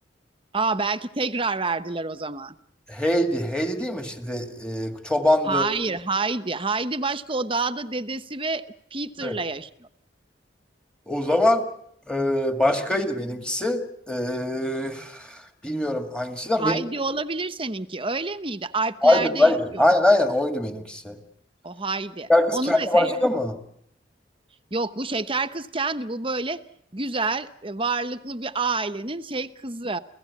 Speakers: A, on the right (about 30°); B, in the centre.
A: Aa belki tekrar verdiler o zaman.
B: Heidi. Heidi değil mi? İşte, e, çobandı.
A: Hayır, Heidi. Heidi başka o dağda dedesi ve Peter'la
B: Evet.
A: yaşıyor.
B: O zaman e, başkaydı benimkisi. Ee, bilmiyorum hangisinden.
A: Heidi
B: Benim,
A: olabilir seninki. Öyle miydi? Alplerde
B: aynen, aynen.
A: yaşıyor
B: Aynen aynen oydu benimkisi.
A: o Heidi.
B: Şeker Kız
A: Onu
B: Kendi
A: da seyret.
B: başka mı?
A: Yok bu şeker kız kendi bu böyle güzel e, varlıklı bir ailenin şey kızı.